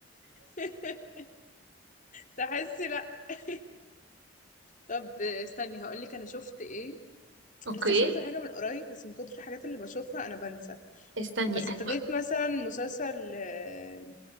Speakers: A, on the left; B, on the right.
A: <laughs> تحسي لا <laughs> طب استني هقول لك انا شفت ايه
B: اوكي
A: لسه شايفه حاجه من قريب بس من كتر الحاجات اللي بشوفها انا بنسى
B: استني
A: بس
B: أنا-
A: ابتديت مثلا مسلسل آه،